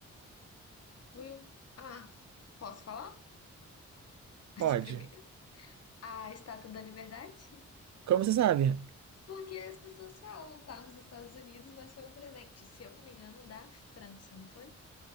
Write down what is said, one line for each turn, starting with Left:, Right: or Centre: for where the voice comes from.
Left: Will? Ah, posso falar? <laughs>
Right: Pode.
Left: De primeiro. A Estátua da Liberdade?
Right: Como você sabe?
Left: Porque as pessoas falam, tá nos Estados Unidos, mas foi um presente, se eu não me engano, da França, não foi?